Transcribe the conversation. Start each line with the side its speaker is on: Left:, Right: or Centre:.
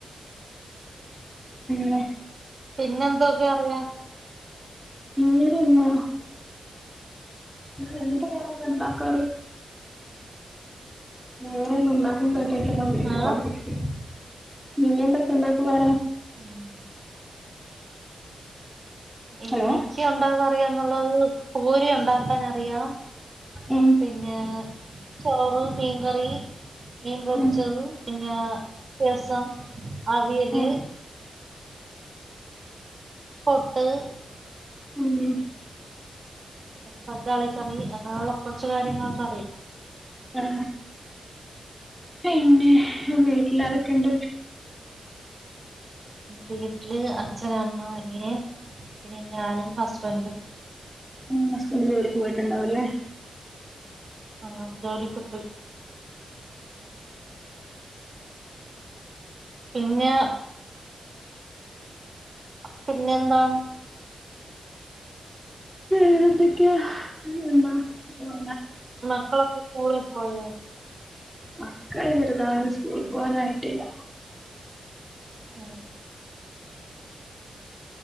Centre: മം
Right: പിന്നെന്തൊക്കെ അറിയാ
Centre: വേറെന്താ <unintelligible> ഉണ്ടാക്കാറ് വേറൊന്നും <unintelligible> ഉണ്ടാക്കണ്ട <unintelligible>
Right: ആഹ്
Centre: നീ എന്തൊക്കെണ്ടാക്കും വേറെ
Right: ഉം എനിക്കി
Centre: ഹലോ
Right: ഉണ്ടാകാൻ അറിയാംന്നുള്ളത് പൂരി ഉണ്ടാക്കാൻ അറിയാം
Centre: ഉം
Right: പിന്നേ ചോറ് മീൻകറി മീൻ പൊരിച്ചത്
Centre: ഉം
Right: പിന്നെ രസം അവീല്
Centre: ഉം
Right: പൊട്ട്
Centre: ഉം
Right: തക്കാളി കറി അങ്ങനൊള്ള കൊറച് കാര്യങ്ങളൊക്കെ അറിയും
Centre: ആ പിന്നെ വീട്ടിലാരോക്കെ ഇണ്ട്
Right: വീട്ടില് അച്ഛൻ അമ്മ അനിയൻ പിന്നെ ഞാനും ഹസ്ബന്റും
Centre: ഉം ഹസ്ബന്റ് ജോലിക്ക് പോയിട്ട്ണ്ടാവും ല്ലേ
Right: ആ ജോലിക്ക് പോയി പിന്നാ പിന്നെ എന്താണ്
Centre: വേറേന്തൊക്കെയാ <unintelligible>
Right: മക്കളൊക്കെ സ്കൂളിൽ പോയോ
Centre: മക്കള് ചെറുതാണ് സ്കൂളിൽ പോവാനായിട്ടില്ല
Right: ആ